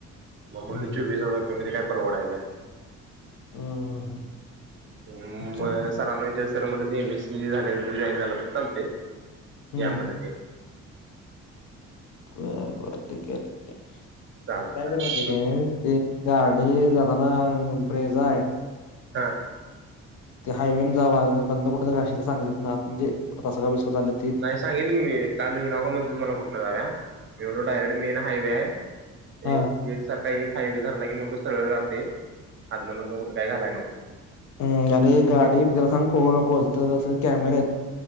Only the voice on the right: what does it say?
मग म्हटलो
चोवीस
हजार रुपय मध्ये काय परवडायच हाय.
<inaudible> हम्म
म सरांना वि सर म्हटलं मी एम एस सी झाल्यानंतर जॉईन झाला तरी चालतंय,
या म्हणले ते
एस
सी
हां
नाही सांगितल की मी काल येवु नका म्हटलीत मला कुठनं दादया मी म्हटलो डायरेक्ट मेन हायवे आहे.
एक एक सारखा एक हायवे धरला की म्हणलो सरळ जातंय आदन-मधन कुठं काय घालाय नको.